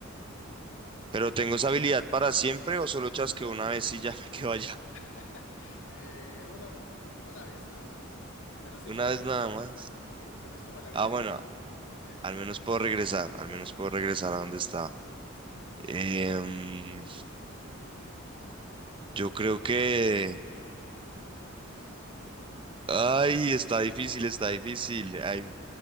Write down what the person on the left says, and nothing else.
<laughs> Eh, una, una vez nada más, pero
sí
puedes
regresar.
Sí, pero es como la habilidad
de que viajes. Sí.